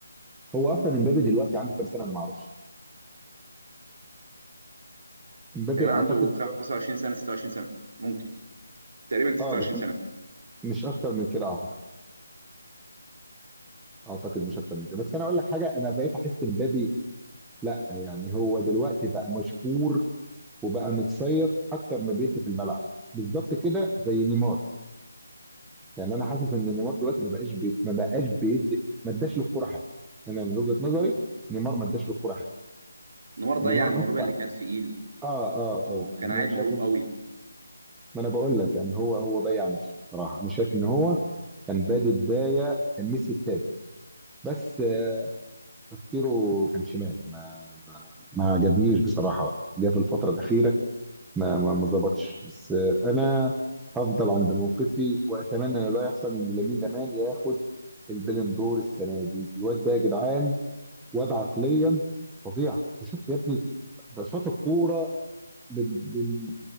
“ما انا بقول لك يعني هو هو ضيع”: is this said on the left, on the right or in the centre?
Centre